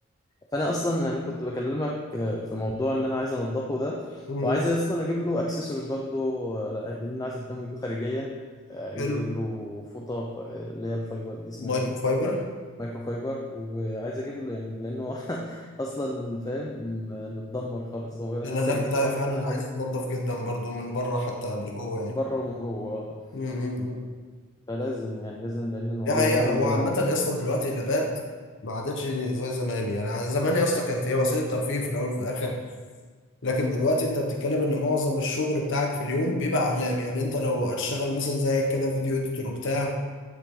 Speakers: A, on the left; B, on the left.
A: فانا اصلا انا كنت بكلمك آه، في موضوع ان انا عايز انضفه ده
B: <laughs> م.
A: وعايز اصلا اجيب له اكسسوارز برضه لان انا عايز اهتم بيه خارجيا آه، عايز
B: حلو
A: اجيب له فوطه ف- اللي هي الفايبر دي اسمها
B: مايكرو
A: ايه
B: فايبر
A: أخ- مايكرو فايبر وعايز اجيب له يعني لانه <laughs> اصلا فاهم م- متدمر خالص هو لسه
B: انا اللاب
A: جديد
B: بتاعي
A: اه
B: فعلا
A: كل حاجه
B: عايز يتنضف جدا برضو من بره حتى قبل جوه يعني
A: من بره ومن جوه آه،
B: امم
A: فلازم يعني لازم لان المواضيع
B: دي حقيقة
A: دي
B: وعامة
A: لازم
B: يا اسطى دلوقتي اللابات ما عادتش زي زمان يعني يعني زمان يا اسطى كانت هي وسيلة ترفيه في الأول وفي الآخر لكن دلوقتي أنت بتتكلم إن معظم الشغل بتاعك في اليوم بيبقى على اللاب يعني أنت لو هتشتغل مثلا زيك كده فيديو إديتور وبتاع